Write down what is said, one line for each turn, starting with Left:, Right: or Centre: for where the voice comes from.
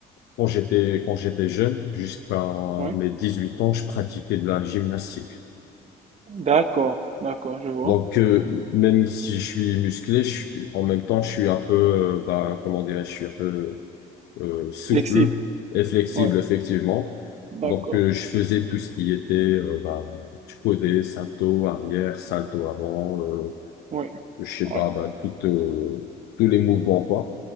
Left: quand j'étais, quand j'étais jeune, jusqu'à
Right: ouais.
Left: mes 18 ans, je pratiquais de la gymnastique.
Right: D'accord, d'accord, je vois.
Left: Donc, euh, même si je suis musclé, je suis- en même temps, je suis un peu, euh, bah, comment dirais-je, je suis un peu euh, souple
Right: Flexible.
Left: et flexible,
Right: Ouais,
Left: effectivement.
Right: d'accord.
Left: Donc, euh, je faisais tout ce qui était, euh, bah, tu connais, salto arrière, salto avant, euh,
Right: Ouais,
Left: je sais
Right: ouais,
Left: pas, bah, tout, euh, tous les mouvements, quoi.